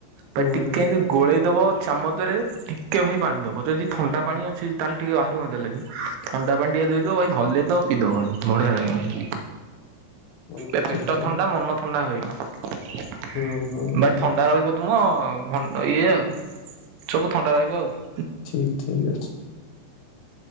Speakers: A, on the left (about 85°); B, on the right (about 80°).
A: ହୁଁ
B: ଭାଇ ଟିକେ କିନ୍ତୁ ଗୋଳେଇ ଦବ ଚାମଚରେ ଟିକେ ଭାଇ ପାଣି ଦବ। ଯଦି ଥଣ୍ଡା ପାଣି ଅଛି ତାହେଲେ ଟିକେ ଆହୁରି ମଜା ଲାଗିବ। ଥଣ୍ଡା ପାଣି ଟିକେ ଦେଇଦବ ଭାଇ ହଲେଇ ଦବ ପିଇଦବ ଭାଇ ବଢିଆ ଲାଗିବ।
A: ହୁଁ
B: ଏ
A: ଠିକ
B: ପେଟ
A: ଠିକ
B: ଥଣ୍ଡା ମନ ଥଣ୍ଡା ହୋଇ।
A: ହୁଁ ହୁଁ
B: ଭାଇ
A: ହୁଁ
B: ଥଣ୍ଡା ରହିବ ତୁମ ମୁଣ୍ଡ ଇଏ ଆଉ ସବୁ ଥଣ୍ଡା ରହିବ ଆଉ।
A: ଠିକ୍ ଠିକ୍ ଅଛି।